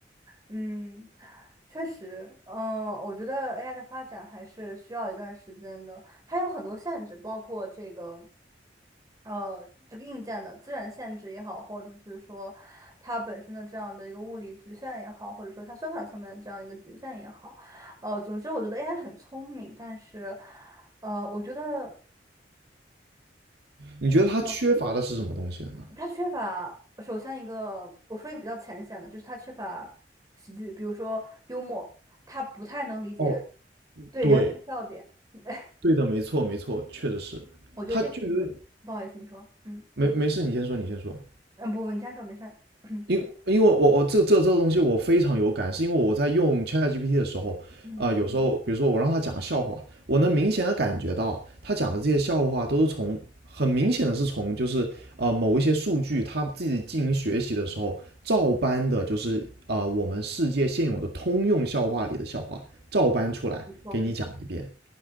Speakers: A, on the right; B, on the right.
A: 嗯，确实，嗯、我觉得 AI 的发展还是需要一段时间的，它有很多限制，包括这个，呃，这个硬件的自然限制也好，或者是说它本身的这样的一个物理局限也好，或者说它算法层面的这样一个局限也好，呃，总之我觉得 AI 很聪明，但是，呃，我觉得。
B: 你觉得它缺乏的是什么东西呢？
A: 能。他缺乏，首先一个，我说一个比较浅显的，就是他缺乏喜剧，比如说幽默，他不太能理解
B: 哦，
A: 对人类的笑点。
B: 对，
A: <laughs>
B: 对的，没错，没错，确实是。
A: 我觉得这是一个，
B: 它就有点
A: 不好意思，你说，嗯
B: 没没事，你先说，你先说。
A: 嗯，不不，你先说，没事儿，<laughs> <clears throat>
B: 因因为我我这这这个东西我非常有感，是因为我在用 ChatGPT 的时候，
A: 嗯，
B: 啊、有时候比如说我让他讲笑话，我能明显的感觉到他讲的这些笑话都是从很明显的是从就是啊、某一些数据他自己进行学习的时候照搬的，就是啊、我们世界现有的通用笑话里的笑话照搬出来给你讲一遍。
A: 没错，